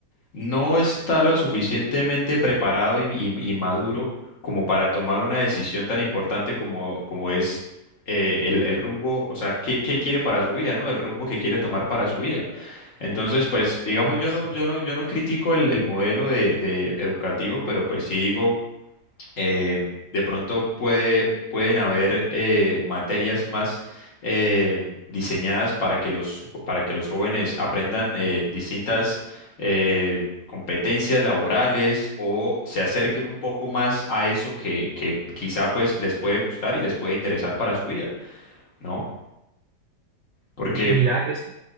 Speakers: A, on the left (about 50°); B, on the right (about 85°).
A: no está lo suficientemente preparado y, y- y maduro como para tomar una decisión tan importante como, como es eh, el, el rumbo, o sea, qué, qué quiere para su vida, ¿no? El rumbo que quiere tomar para su vida. Entonces, pues, digamos,
B: exacto.
A: yo no, yo no, yo no critico el, el modelo de, de educativo, pero pues sí digo eh, de pronto puede, pueden haber eh, materias más eh, diseñadas para que los, para que los jóvenes aprendan eh, distintas eh, competencias laborales o se acerquen un poco más a eso que, que quizá pues les puede gustar y les puede interesar para su vida, ¿no? Porque...
B: Mira, es